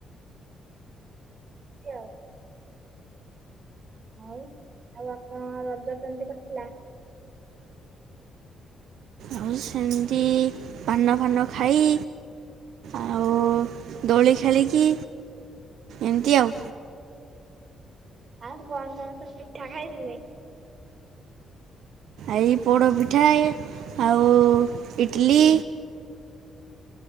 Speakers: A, on the right; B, on the right.
A: <unintelligible> ହଉ ଆଉ ଆପଣ ରଜ କେମିତି କଟିଲା?
B: ଆଉ ସେମିତି ପାନ ଫାନ ଖାଇ ଆଉ ଦୋଳି ଖେଳିକି ଏମିତି ଆଉ।
A: ଆଉ କଣ କଣ ସବୁ ପିଠା ଖାଇଥିଲେ?
B: ଏଇ ପୋଡ଼ପିଠା ଆଉ ଇଡ଼ଲି।